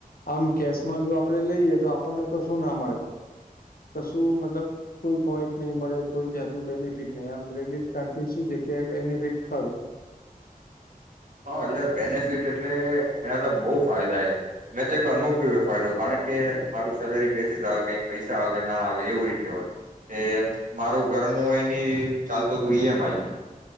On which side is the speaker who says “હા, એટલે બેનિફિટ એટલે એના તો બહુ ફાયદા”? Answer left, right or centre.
Right